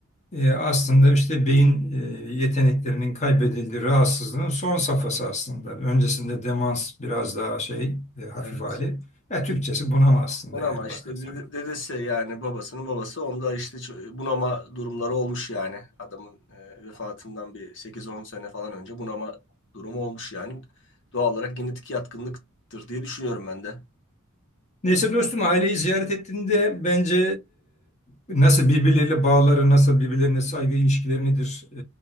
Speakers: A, on the left; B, on the left.
A: e, aslında işte beyin e, yeteneklerinin kaybedildiği rahatsızlığın son safhası aslında. Öncesinde demans biraz daha şey, e, hafif
B: evet.
A: hali. Ya Türkçesi bunama aslında
B: Bunama
A: yani
B: işte
A: bakarsan.
B: dede- dedesi yani babasının babası onda işte ço- bunama durumları olmuş yani. Adamın e, vefatından bir sekiz on sene falan önce bunama durumu olmuş yani. Doğal olarak genetik yatkınlıktır diye düşünüyorum ben de.
A: Neyse dostum aileyi ziyaret ettiğinde bence e, nasıl birbirleriyle bağları, nasıl birbirlerine saygı ilişkileri nedir, e,